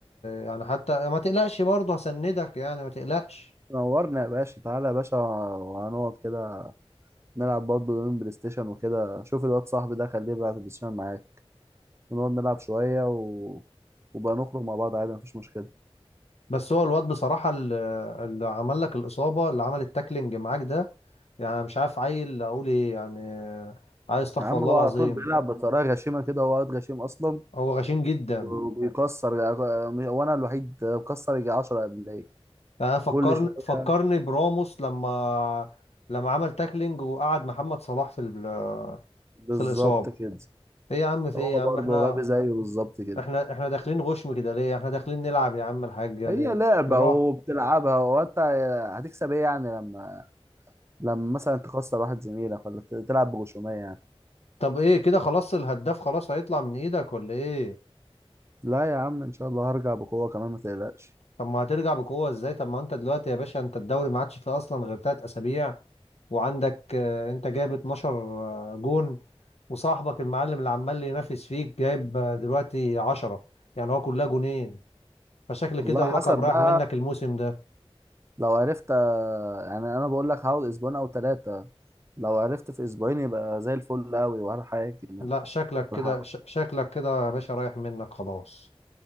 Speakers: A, on the left; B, on the right.
A: يعني حتى ما تقلقش برضه هسندك يعني ما تقلقش
B: نورنا يا باشا تعالى يا باشا وهنقعد كده نلعب برضه يومين بلاي ستيشن وكده شوف الواد صاحبي ده خليه يبقى على البلاي ستيشن معاك ونقعد نلعب شويه و... وبقى نخرج مع بعض عادي مفيش مشكله
A: بس هو الواد بصراحه اللي اللي عمل لك الاصابه اللي عمل التاكلينج معاك ده يعني مش عارف عيل اقول ايه يعني عايز استغفر
B: يا عم
A: الله
B: هو
A: العظيم
B: على طول بيلعب بطريقه غشيمه كده هو واد غشيم اصلا
A: هو غشيم جدا
B: وبيكسر وانا الوحيد بكسر يجي 10 قبليه
A: يعني انا فكرني
B: كل شويه
A: فكرني براموس لما لما عمل تاكلينج وقعد محمد صلاح في ال...
B: بالظبط
A: في الاصابه
B: كده
A: ايه يا عم في
B: هو
A: ايه يا
B: برضه
A: عم احنا
B: غبي زيه بالظبط كده
A: احنا احنا داخلين غشم كده ليه احنا داخلين نلعب يا عم الحاج يعني
B: هي لعبة
A: بالراحه
B: وبتلعبها وانت هتكسب ايه يعني لما لما مثلا تخسر واحد زميلك ولا ت- تلعب بغشومية يعني
A: طب ايه كده خلاص الهداف خلاص هيطلع من ايدك ولا ايه
B: لا يا عم ان شاء الله هرجع بقوة كمان ما تقلقش
A: طب ما هترجع بقوة ازاي طب ما انت دلوقتي يا باشا انت الدوري ما عادش فيه اصلا غير تلات اسابيع وعندك آه، انت جايب 12 آه، جون وصاحبك المعلم اللي عمال ينافس فيك جايب آه، دلوقتي 10 يعني هو كلها جونين فشكل كده
B: والله
A: اللقب
B: حسب
A: رايح
B: بقى
A: منك الموسم ده
B: لو عرفت يعني انا بقول لك هقعد اسبوعين او ثلاثة لو عرفت في اسبوعين يبقى زي الفل قوي ولا حاجة يعني
A: لا شكلك كده
B: ولا حاجة.
A: ش- شكلك كده يا باشا رايح منك خلاص